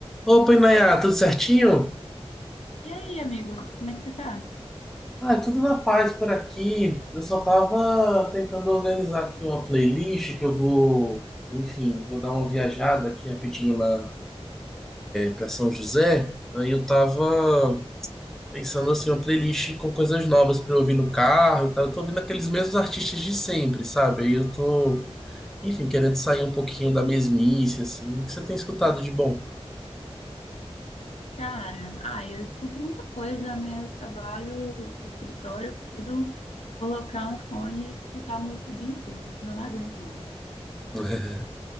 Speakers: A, in the centre; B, on the left.
A: Opa, Inayá, tudo certinho?
B: E aí, amigo, como é que você tá?
A: Ah, tudo na paz por aqui. Eu só tava tentando organizar aqui uma playlist que eu vou, enfim, vou dar uma viajada aqui rapidinho lá para São José. Aí eu tava pensando assim, uma playlist com coisas novas para eu ouvir no carro e tal. Eu tô ouvindo aqueles mesmos artistas de sempre, sabe? Aí eu tô, enfim, querendo sair um pouquinho da mesmice, assim. O que você tem escutado de bom?
B: Cara, ah, eu escuto muita coisa, né? Eu trabalho em escritório, eu preciso colocar um fone e escutar música o dia inteiro, senão eu não aguento, não.
A: <laughs>